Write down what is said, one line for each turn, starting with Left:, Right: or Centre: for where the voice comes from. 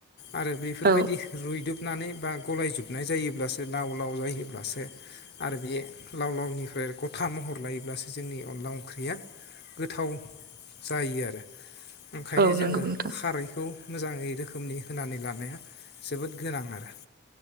Left: आरो बेफोरबायदि
Right: औ
Left: रुइदुब नानै बा गलायजोबनाय जायोब्लासो लाव लाव जायोब्लासो आरो बे लाव लावनिफ्राय गथा महर लायोब्लासो जोंनि अनला ओंख्रिया गोथाव जायो आरो। ओंखायनो
Right: औ
Left: जोङो
Right: नंगौ नोंथां
Left: खारैखौ मोजाङै रोखोमनि होनानै लानाया जोबोद गोनां आरो।